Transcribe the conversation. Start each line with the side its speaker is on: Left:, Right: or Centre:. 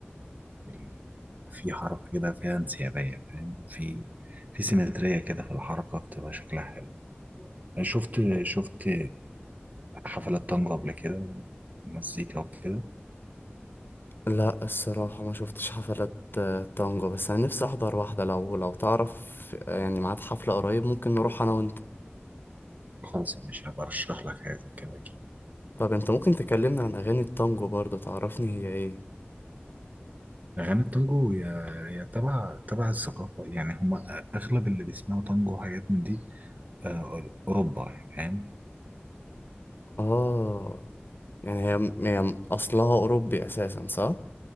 Right: ال- في حركة كده فيها انسيابية فاهم في في سيمترية كده في الحركة بتبقى شكلها حلو أنا شفت شفت حفلات طنجة قبل كده ومزيكا وكده
Left: لا الصراحة ما شفتش حفلات آه، تانجو بس أنا نفسي أحضر واحدة لو لو تعرف آه، يعني ميعاد حفلة قريب ممكن نروح أنا وأنت
Right: خلاص مش هبقى أرشح لك حاجة زي كده أكيد
Left: طب أنت ممكن تكلمنا عن أغاني التانجو برضه تعرفني هي إيه
Right: أغاني التانجو هي هي تبع تبع الثقافة يعني هما أغلب اللي بيسمعوا تانجو وحاجات من دي آه، أوروبا يعني فاهم
Left: آه يعني هي, هي أصلها أوروبي أساسا صح؟